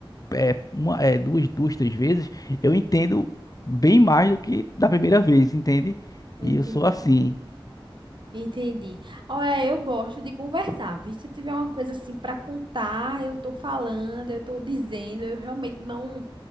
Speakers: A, on the left (about 40°); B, on the right (about 60°).
A: é, uma, é, duas, duas, três vezes, eu entendo bem mais do que da primeira vez, entende?
B: <laughs> Entendi.
A: E eu sou assim.
B: Entendi. Olha, eu gosto de conversar, viu? Se eu tiver uma coisa assim para contar, eu tô falando, eu tô dizendo, eu realmente não